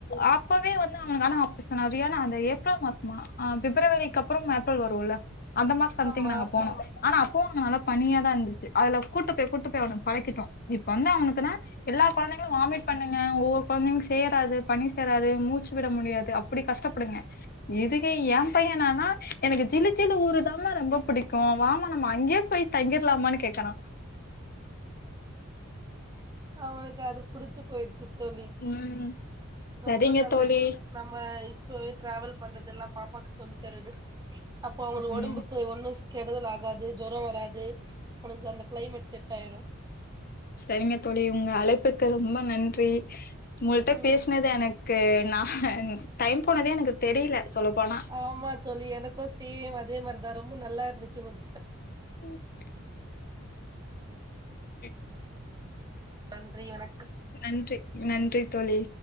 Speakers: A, on the left; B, on the right.
A: அப் அப்பவே வந்து அவுங்களுக்கான <unintelligible> நறியானா அந்த ஏப்ரல் மாசமா ஆ பிப்ரவரிக்கப்பறம் ஏப்ரல் வருல்ல அந்த மாச சம்திங்
B: ஆமா
A: நாங்க போனோ ஆனா அப்பவு அங்க நல்ல பனியாதாருந்துச்சி அதுல கூட்டு போய் கூட்டு போய் அவன பழக்கிட்டோ இப்ப வந்து அவனுக்குனா எல்லா கொழந்தைங்களு வாமிட் பண்ணுங்க ஒவ்வொரு கொழந்தைகளுக் சேராது பணி சேராது மூச்சு விட முடியாது அப்டி கஷ்டப்படுங்க இதுக்கு ஏ பையே என்னானா எனக்கு சிலு சிலு ஊரு தாமா ரொம்ப புடிக்கு வாமா நம்ம அங்கயே போய் தங்கிர்லாமான் கேக்குறா
B: அவனுக்கு அது புடிச்சி போய்ரு ச்சு தோழி
A: ம் சரிங்க
B: ரொம்ப நல்லது
A: தோழி
B: நம்ம இப்பவே டிராவல் பண்றதெல்லா பாப்பாக்கு சொல்லி தரது அப்போ அவுங்களு ஒடம்புக்கு
A: ம்
B: ஒன்னு கெடுதல் ஆகாது ஜொரோ வராது ஒனக்கு அந்த கிளைமெட் செட்டாயிடு
A: செரிங்க தோழி உங்க அழைப்புக்கு ரொம்ப நன்றி உங்கள்ட்ட
B: ம்
A: பேசுனது என க்கு நா டைம் போனதே எனக்கு தெரில சொல்ல போனா
B: ஆமா தோழி எனக்கு சேம் அதே மார்தா ரொம்ப நல்லாருந்துச்சு உங்க கிட்ட
A: <inaudible> <unintelligible> <inaudible>
B: நன்றி வண
A: நன்றி நன்றி தோழி